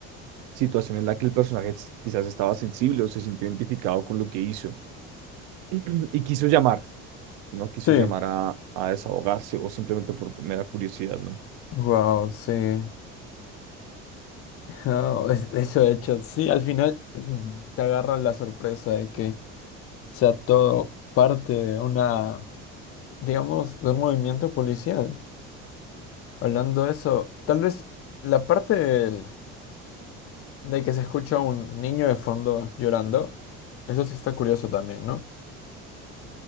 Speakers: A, on the right; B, on the left.
A: situación en la que el personaje s- quizás estaba sensible o se sintió identificado con lo que hizo <clears throat> y quiso llamar, ¿no? Quiso
B: Sí.
A: llamar a, a desahogarse o simplemente por mera curiosidad, ¿no?
B: Wow, sí. <laughs> Oh, es- eso de hecho, sí, al final <clears throat> te agarran la sorpresa de que sea todo parte de una, digamos, de un movimiento policial. Hablando de eso, tal vez la parte del- de que se escucha un niño de fondo llorando, eso sí está curioso también, ¿no?